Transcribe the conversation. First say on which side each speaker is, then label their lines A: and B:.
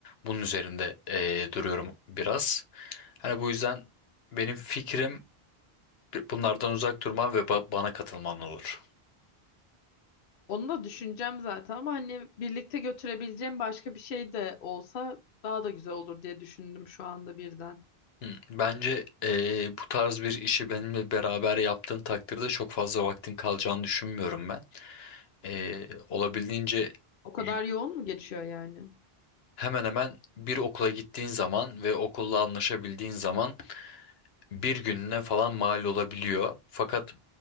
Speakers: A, on the left (about 80°); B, on the left (about 65°).
A: bunun üzerinde eee, duruyorum biraz. Hani bu yüzden benim fikrim bunlardan uzak durman ve ba- bana katılman olur.
B: Onu da düşüneceğim zaten ama hani birlikte götürebileceğim başka bir şey de olsa daha da güzel olur diye düşündüm şu anda birden.
A: Hı, Bence eee, bu tarz bir işi benimle beraber yaptığın takdirde çok fazla vaktin kalacağını düşünmüyorum ben. Eee, olabildiğince
B: O kadar
A: y-
B: yoğun mu geçiyor yani?
A: hemen hemen bir okula gittiğin zaman ve okulla anlaşabildiğin zaman bir gününe falan mal olabiliyor. Fakat